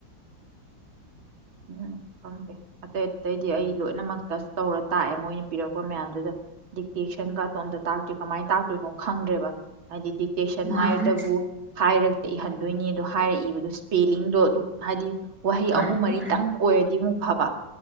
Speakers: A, on the right; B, in the centre.
A: ꯎꯝ ꯍꯦ ꯑꯥꯇꯩ ꯑꯇꯩ ꯑꯗꯩꯗꯤ ꯑꯩ ꯂꯣꯏꯅꯃꯛ ꯇꯁ ꯇꯧꯔ ꯇꯥꯛꯑꯦ ꯃꯣꯏꯅ ꯄꯤꯔꯛꯄ ꯃꯌꯥꯝꯗꯨꯗ ꯗꯤꯛꯇꯦꯛꯁꯟꯒ ꯁꯣꯝꯗ ꯇꯥꯛꯇꯦ ꯀꯃꯥꯏ ꯇꯥꯛꯇꯣꯏꯅꯣ ꯈꯪꯗ꯭ꯔꯦꯕ ꯍꯥꯏꯗꯤ ꯗꯤꯛꯇꯦꯁꯟ
B: ꯃꯥꯅꯤ
A: ꯍꯥꯏꯗꯕꯨ ꯍꯥꯏꯔꯒ ꯏꯍꯟꯗꯣꯏꯅꯤ ꯑꯗꯣ ꯍꯥꯏꯔ ꯏꯕꯗ ꯏꯁꯄꯦꯂꯤꯡꯗꯣ ꯑꯗꯨꯛ ꯍꯥꯏꯗꯤ ꯋꯥꯍꯩ
B: ꯃꯥꯅꯤ
A: ꯑꯍꯨꯝ ꯃꯔꯤ
B: ꯃꯥꯅꯤ
A: ꯈꯤꯇꯪ ꯑꯣꯏꯔꯗꯤ ꯑꯃꯨꯛ ꯐꯕ